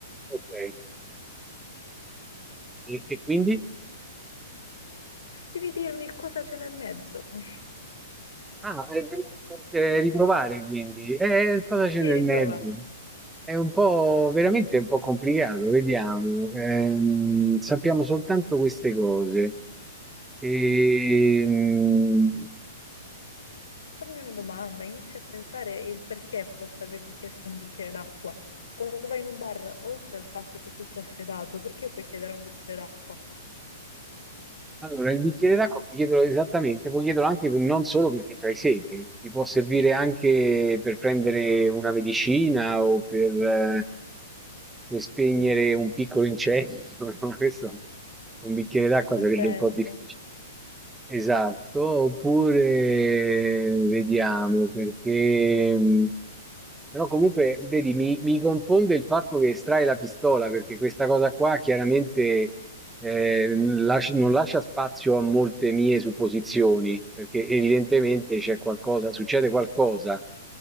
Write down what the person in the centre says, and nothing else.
Ok, e e quindi?
Ah, e devo con- eh, riprovare quindi. E cosa c'è
nel
mezzo? È un po' veramente un po' complicato, vediamo. Ehm, sappiamo soltanto queste cose. Ehm,
allora, il bicchiere d'acqua puoi chiederlo esattamente, puoi chiederlo anche per- non solo perché c'hai sete, ti può servire anche per prendere una medicina o per, eh, per spegnere un piccolo incendio. <laughs> no? Questo, un bicchiere d'acqua
sarebbe
un po' difficile. Esatto, oppure vediamo perché... mh, Però comunque, vedi, mi, mi confonde il fatto che estrai la pistola, perché questa cosa qua chiaramente eh, lasci- non lascia spazio a molte mie supposizioni, perché evidentemente c'è qualcosa, succede qualcosa,